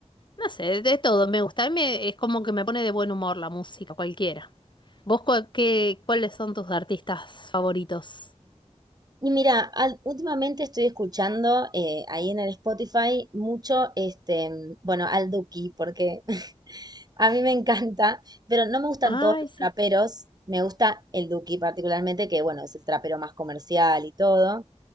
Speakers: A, on the left; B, on the right.
A: no sé, de todo me gusta. A mí me- es como que me pone de buen humor la música, cualquiera. ¿Vos cua- qué- cuáles son tus artistas favoritos?
B: Y mira, al- últimamente estoy escuchando eh, ahí en el Spotify mucho, este, mm, bueno, al Duki, porque <laughs> a mí me encanta, pero no me gustan
A: Ay,
B: todos los
A: sí.
B: traperos, me gusta el Duki particularmente, que bueno, es el trapero más comercial y todo.